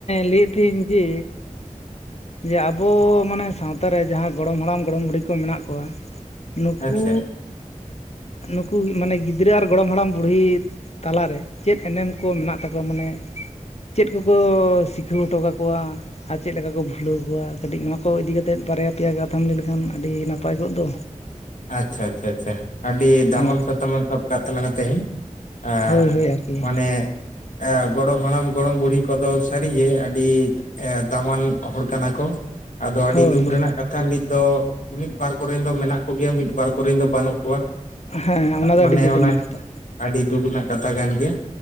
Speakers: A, on the left (about 55°); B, on the left (about 70°).
A: ᱞᱟᱹᱭᱮᱫ ᱛᱟᱦᱮᱹᱧ ᱡᱮ ᱡᱮ ᱟᱵᱚ ᱢᱟᱱᱮ ᱥᱟᱶᱛᱟ ᱨᱮ ᱡᱟᱦᱟᱸ ᱜᱚᱲᱚᱢ ᱦᱟᱲᱟᱢ ᱜᱚᱲᱚᱢ ᱵᱩᱰᱦᱤ ᱠᱚ ᱢᱮᱱᱟᱜ ᱠᱚᱣᱟ ᱱᱩᱠᱩᱻ
B: ᱟᱪᱪᱷᱟ
A: ᱱᱩᱠᱩ ᱢᱟᱱᱮ ᱜᱤᱫᱽᱨᱟᱹ ᱟᱨ ᱜᱚᱲᱚᱢ ᱦᱟᱲᱟᱢ ᱵᱩᱲᱦᱤ ᱛᱟᱞᱟᱨᱮ ᱪᱮᱫ ᱮᱱᱮᱢ ᱠᱚ ᱢᱮᱱᱟᱜ ᱛᱟᱠᱚᱣᱟ ᱢᱟᱱᱮ ᱪᱮᱫ ᱠᱚᱠᱚ ᱥᱤᱠᱷᱟᱹᱣ ᱦᱚᱴᱚ ᱠᱟᱠᱚᱣᱟ ᱟᱨ ᱪᱮᱫ ᱞᱮᱠᱟ ᱠᱚ ᱠᱷᱩᱞᱟᱹᱣ ᱠᱚᱣᱟ ᱠᱟᱹᱴᱤᱡ ᱱᱚᱣᱟ ᱠᱚ ᱤᱫᱤ ᱠᱟᱛᱮᱫ ᱵᱟᱨᱭᱟ ᱯᱮᱭᱟ ᱠᱟᱛᱷᱟᱢ ᱞᱟᱹᱭ ᱞᱮᱠᱷᱟᱱ ᱟᱹᱰᱤ ᱱᱟᱯᱟᱭ ᱠᱚᱜ ᱫᱚ
B: ᱟᱪᱷᱟ ᱟᱪᱷᱟ ᱟᱪᱷᱟ ᱟᱹᱰᱤ ᱫᱟᱢᱚᱱ
A: ᱦᱳᱭ
B: ᱥᱟᱛᱟᱢᱮ ᱮᱢ ᱥᱟᱵ ᱠᱟᱜ ᱛᱟᱞᱟᱝᱟ ᱛᱮᱦᱮᱧ ᱟ
A: ᱦᱳᱭ ᱦᱳᱭ ᱟᱨᱠᱤ
B: ᱢᱟᱱᱮ ᱮ ᱜᱚᱲᱚᱢ ᱦᱟᱲᱟᱢ ᱜᱚᱲᱚᱢ ᱵᱩᱲᱦᱤ ᱠᱚᱫᱚ ᱥᱟᱹᱨᱤᱜᱮ ᱟᱹᱰᱤ ᱫᱟᱢᱟᱱ ᱦᱚᱲ ᱠᱟᱱᱟ ᱠᱚ ᱟᱫᱚ ᱟᱹᱰᱤ
A: ᱦᱳᱭ
B: ᱫᱩᱠ
A: ᱦᱳᱭ
B: ᱨᱮᱱᱟᱜ ᱠᱟᱛᱷᱟ ᱱᱤᱛ ᱫᱚ ᱢᱤᱫᱵᱟᱨ ᱠᱚᱨᱮᱱ ᱫᱚ ᱢᱮᱱᱟᱜ ᱠᱚᱣᱟ ᱠᱚᱜᱮᱭᱟ ᱢᱤᱫ ᱵᱟᱨ ᱠᱚᱨᱮᱱ ᱫᱚ ᱵᱟᱹᱱᱩᱜ ᱠᱚᱣᱟ
A: ᱦᱮᱸ ᱚᱱᱟ ᱫᱚ
B: ᱢᱟᱱᱮ
A: ᱟᱹᱰᱤ ᱫᱩᱠ
B: ᱚᱱᱟ
A: ᱨᱮᱱᱟᱜ ᱠᱟᱛᱷᱟ
B: ᱟᱹᱰᱤ ᱫᱩᱠ ᱨᱮᱱᱟᱜ ᱠᱟᱛᱷᱟ ᱠᱟᱱ ᱜᱮᱭᱟ